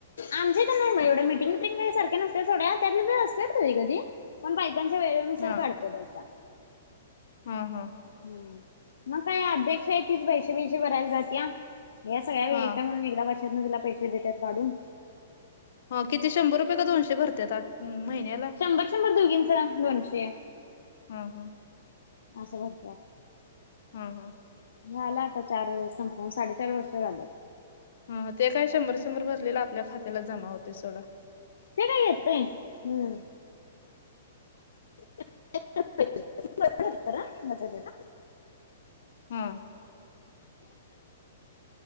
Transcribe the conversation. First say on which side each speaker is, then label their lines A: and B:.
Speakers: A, on the left; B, on the left.
A: आमच्या हित नाय बाय एवढ्या मिटिंग बटिंग काय सारख्या नसत्यात सोडा त्यातल्या त्यात असत्यात कधी कधी. पण बायकांच्या वेळेनुसार
B: हा
A: काढत्या बायका.
B: हा हा.
A: हम्म, मग काय अध्यक्ष आय तीच पैशा बिश भरायला जातीया. या सगळ्या वेहिका
B: हा
A: म्हणून मी एकदा वर्षातन तिला पैसे देत्यात वाढून.
B: हो किती शंभर रुपये का दोनशे भरत्यात आत महिन्याला?
A: शंभर शंभर दोघींचा दोनशे.
B: हा हा.
A: अस भरत्यात.
B: हा हा.
A: झाला आता चार संपून साडेचार वर्ष झाल.
B: हा ते काय शंभर शंभर भरलेलं आपल्या खात्याला जमा होते सोडा.
A: ते काय येतय हम्म. <unintelligible>
B: हा.